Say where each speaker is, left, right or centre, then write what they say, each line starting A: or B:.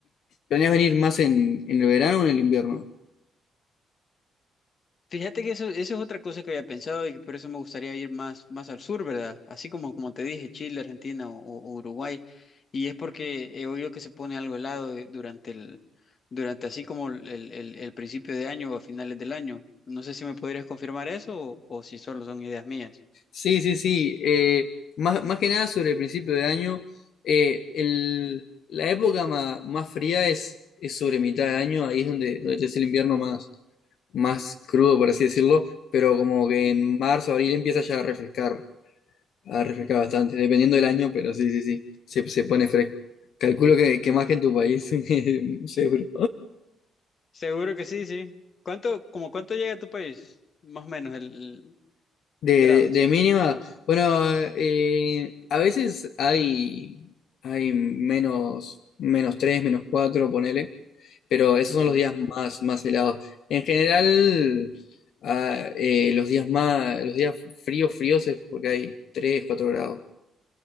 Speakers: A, on the left (about 70°); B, on the left (about 45°).
A: ¿planeas venir más en, en el verano o en el invierno?
B: Fíjate que eso, eso es otra cosa que había pensado y que por eso me gustaría ir más, más al sur, ¿verdad? Así como, como te dije, Chile, Argentina o, o Uruguay. Y es porque he oído que se pone algo helado de- durante el, durante así como el, el- el- principio de año o a finales del año. No sé si me podrías confirmar eso o, o si solo son ideas mías.
A: Sí, sí, sí. eh, más, más que nada sobre el principio de año, eh, el, la época ma- más fría es, es sobre mitad de año, ahí es donde, donde es el invierno más. más crudo, por así decirlo, pero como que
B: Ujú,
A: en marzo, abril empieza ya a refrescar, a refrescar
B: ujú.
A: bastante, dependiendo del año, pero sí, sí, sí, se, se pone fresco. Calculo que, que más que en tu país, <laughs> seguro.
B: Seguro que sí, sí. ¿Cuánto, como cuánto llega a tu país? Más o menos el, el-
A: De,
B: en grados.
A: de mínima, bueno, eh, a veces hay, hay menos, menos 3 menos 4 ponele, pero esos
B: Ujú,
A: son los días más, más helados. En general, ah, eh, los días más, los días fríos, fríos es porque hay 3 4 grados.